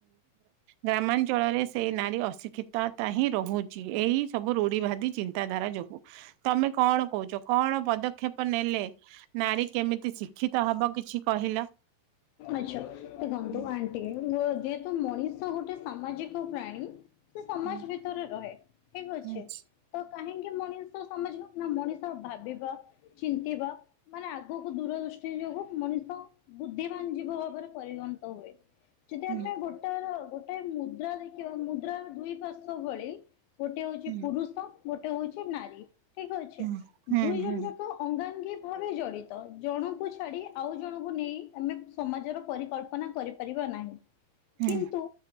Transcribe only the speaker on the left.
ଆଚ୍ଛା ଦେଖନ୍ତୁ
ଆଣ୍ଟି ଯେହେତୁ ମଣିଷ ଗୋଟେ ସାମାଜିକ ପ୍ରାଣୀ ସେ ସମାଜ
ଭିତରେ ରହେ ଠିକ ଅଛି।
ତ କାହିଁକି ମଣିଷ ସମାଜ ନା ମଣିଷ ଭାବିବା ଚିନ୍ତିିବା ମାନେ ଆଗକୁ ଦୂର ଦୃଷ୍ଟି ଯୋଗୁ ମଣିଷ ବୁଦ୍ଧିମାନ ଯ ଯିବ ଭାବରେ ପରିଗଣିତ ହୁଏ। ଯଦି
ଆମେ ଗୋଟେ ତାର ଗୋଟେ ମୁଦ୍ରା ଦେଖିବା ମୁଦ୍ରାର ଦୁଇ ପାର୍ଶ୍ଵ ଭଳି ଗୋଟେ ହଉଛି
ପୁରୁଷ ଗୋଟେ ହଉଛି ନାରୀ। ଠିକ ଅଛିେ
ଦୁଇ ଜଣ
ଯାକ ଅଙ୍ଗାଙ୍ଗୀ ଭାବେ ଜଡିତ। ଜଣଙ୍କୁ ଛାଡି ଆଉ ଜଣଙ୍କୁ ନେଇ ଆମେ ସମାଜର ପରିକଳ୍ପନା କରିପାରିବା ନାହିଁ।
କିନ୍ତୁ